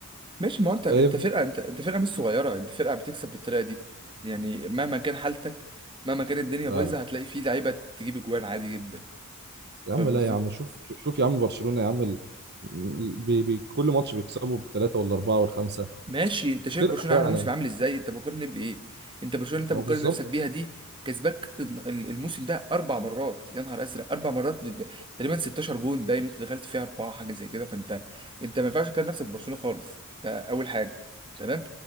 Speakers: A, on the right; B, on the right.
A: ماشي ما هو انت انت
B: فاهم
A: فرقة انت انت فرقة مش صغيرة انت فرقة بتكسب بالطريقة دي يعني مهما كان حالتك مهما كان الدنيا
B: لا
A: بايظة
B: لا
A: هتلاقي فيه لعيبة تجيب اجوان عادي جدا
B: يا عم
A: فاهم
B: لا
A: قصدي؟
B: يا عم شوف شوف يا عم برشلونة يا عم ال... ال- بي... بي... كل ماتش بيكسبوا بالثلاثة والأربعة والخمسة
A: ماشي انت شايف
B: فرقة
A: برشلونه
B: فعلا
A: عامله موسم عامل ازاي انت بتقارن بايه انت برشلونه اللي
B: ما
A: انت
B: هو
A: بتقارن
B: بالظبط
A: نفسك بيها دي كسباك ال- الموسم ده اربع مرات يا نهار ازرق اربع مرات ب- ب- تقريبا 16 جون باين وانت دخلت فيها اربعه حاجه زي كده فانت انت ما ينفعش تقارن نفسك ببرشلونه خالص ده اول حاجه تمام